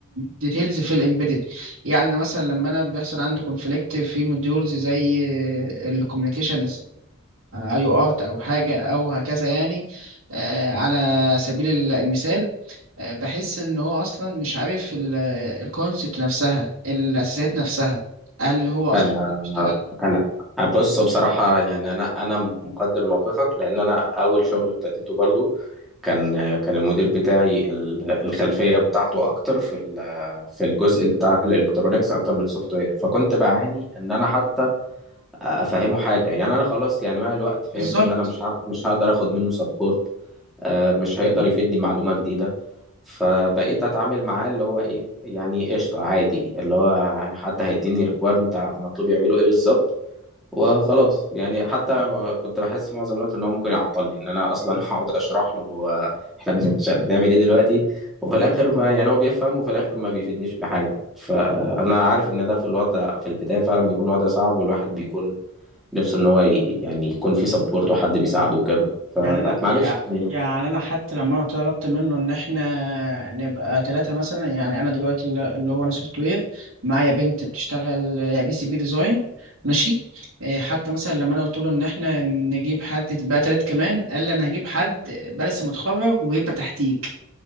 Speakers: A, on the right (about 70°); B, in the centre.
A: ديتيلز في الامبيدد يعني انا مثلا لما انا بيحصل عندي كونفليكت في موديولز زي الكوميونيكيشن اي او ارت او حاجه او هكذا يعني آه، على سبيل ال- المثال آه، بحس ان هو اصلا مش عارف الكونسبت نفسها الاساسيات نفسها هل هو اصلا
B: انا
A: بيشتغل
B: انا بص بصراحه يعني انا انا مقدر موقفك لان انا اول شغل ابتديته برضو كان كان المدير بتاعي ال- الخلفيه بتاعته اكتر في ال- في الجزء بتاع الالكترونيكس اكتر من السوفت وير فكنت بعاني ان انا حتى افهمه حاجه يعني انا خلاص يعني مع الوقت فهمت
A: بالظبط
B: ان انا مش ه... مش هقدر اخد منه سبورت مش هيقدر يفيدني معلومه جديده فبقيت اتعامل معاه اللي هو ايه يعني قشطه عادي اللي هو حد هيديني ريكويرمنت مطلوب يعمله ايه بالظبط وخلاص يعني حتى كنت بحس معظم الوقت ان هو ممكن يعطلني ان انا اصلا <laughs> هقعد اشرح له هو <laughs> احنا بن- بنعمل ايه دلوقتي وفي الاخر ما يعني هو بيفهم وفي الاخر ما بيفيدنيش بحاجه فانا عارف ان ده في الوضع في البدايه فعلا بيكون وضع صعب والواحد بيكون نفسه ان هو ي- يعني يكون في سبورت وحد بيساعده وكده فمعلش
A: يعني انا يع-
B: يعني
A: يعني انا حتى لما انا طلبت منه ان احنا نبقى ثلاثه مثلا يعني انا دلوقتي اللي اللي هو انا سوفت وير معايا بنت بتشتغل بي سي بي ديزاين ماشي إيه، حتى مثلا لما انا قلت له ان احنا نجيب حد بقى ثلاث كمان قال لي انا هجيب حد بقى لسه متخرج ويبقى تحتيك